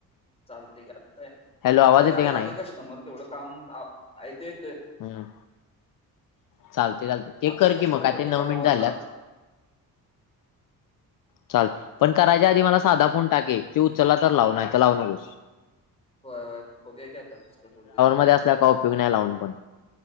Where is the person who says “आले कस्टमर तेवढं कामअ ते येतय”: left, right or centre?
Left